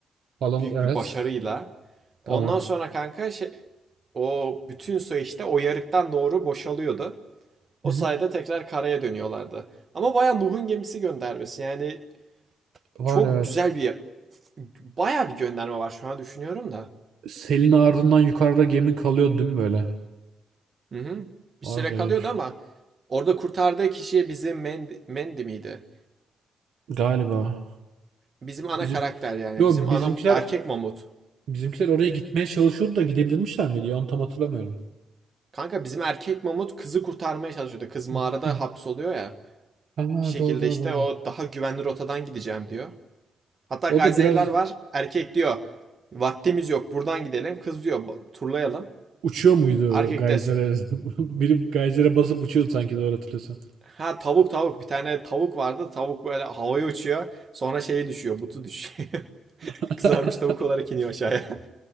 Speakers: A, on the right; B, on the right.
A: Falan
B: Büyük
A: evet.
B: bir başarıyla.
A: Tamam.
B: Ondan sonra kanka şey, o bütün su işte o yarıktan doğru boşalıyordu. O
A: Hı hı.
B: sayede tekrar karaya dönüyorlardı. Ama bayağı Nuh'un gemisi göndermesi. Yani
A: Var
B: çok
A: evet.
B: güzel bir bayağı bir gönderme var şu an düşünüyorum da.
A: Selin ardından yukarıda gemi kalıyordu değil mi böyle?
B: Hı hı. Bir
A: Vardı
B: süre kalıyordu
A: evet.
B: ama orada kurtardığı kişi bizim Mandy, Mandy miydi?
A: Galiba.
B: Bizim ana
A: Bizim
B: karakter yani.
A: Yo
B: Bizim
A: bizimkiler
B: ana erkek mamut.
A: Bizimkiler oraya gitmeye çalışıyordu da gidebilirmişler miydi? ya? Onu tam hatırlamıyorum.
B: Kanka bizim erkek mamut kızı kurtarmaya çalışıyordu. Kız mağarada
A: <clears throat>
B: hapsoluyor
A: <laughs>
B: ya.
A: Ama
B: Bir şekilde
A: doğru doğru
B: işte
A: doğru.
B: o daha güvenli rotadan gideceğim diyor. Hatta
A: O
B: gazeteciler
A: da biraz
B: var. Erkek diyor. Vaktimiz yok buradan gidelim. Kız diyor "Ba- turlayalım.
A: uçuyor muydu
B: Erkek
A: Geyser'e?
B: de
A: <laughs> Biri Geyser'e basıp uçuyordu sanki doğru hatırlıyorsam.
B: ha tavuk tavuk bir tane tavuk vardı. Tavuk böyle havaya uçuyor. Sonra şeyi düşüyor. Butu düşüyor. <laughs>
A: <laughs>
B: Kızarmış tavuk olarak iniyor aşağıya.